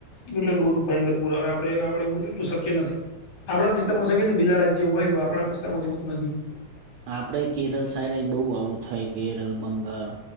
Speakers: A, on the left; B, on the right.
A: એટલે એલું બધું ભયંકર પુર આવે આપડ આપડે એટલું શક્ય નથી. આપણા વિસ્તારમાં છે કે ને બીજા રાજ્યમાં હોય તો આપણા વિસ્તારમાં એ બધું નથી.
B: આપણે કેરળ સાઈડ બહુ આવું થાય કેરળ બંગાળ